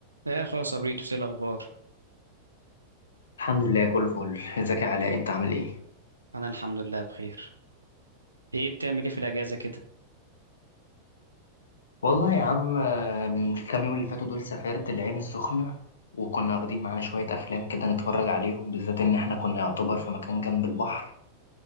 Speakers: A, on the right (about 80°); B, on the left (about 70°).
A: يا اخويا صبريتو ايه الاخبار
B: الحمد لله كله فل ازيك يا علاء انت عامل ايه
A: انا الحمد لله بخير ايه بتعمل ايه في الاجازه كده
B: والله يا عم آه، من الكام يوم اللي فاتوا دول سافرت العين السخنة وكنا واخدين معانا شوية أفلام كده نتفرج عليهم بالذات إن إحنا كنا يعتبر في مكان جنب البحر